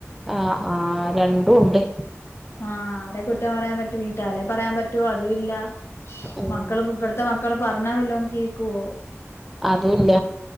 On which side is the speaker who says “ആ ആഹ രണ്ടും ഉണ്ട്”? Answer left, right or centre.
Centre